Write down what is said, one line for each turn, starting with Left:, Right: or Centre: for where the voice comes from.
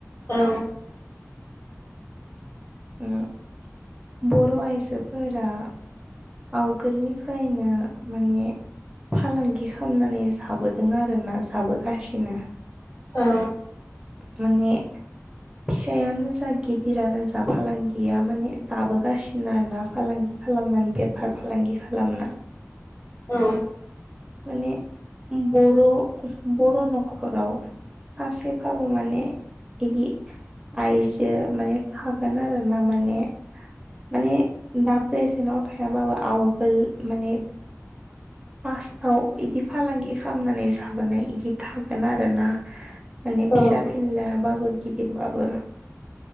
Left: औ <inaudible>
Right: उम बर' आइजोफोरा आवगोलनिफ्रायनो माने फालांगि खालामनानै जाबोदों आरोना जाबोगासिनो।
Left: औ
Right: माने फिसायानो जा गिदिरानो जा फालांगिया माने जाबोगासिनो आरोना फालांगि खालामनानै बेफार फालांगि खालामना
Left: औ
Right: माने बर' बर' न'खराव सासे बाबो माने इदि आइजो माने थागोन आरो ना माने माने दा प्रेजेन्टाव थायाबाबो आवगोल माने फास्टाव इदि फालांगि खालामनानै जाबोनाय इदि थागोन आरो ना। माने
Left: औ
Right: फिसा फिनलाबाबो गिदिरबाबो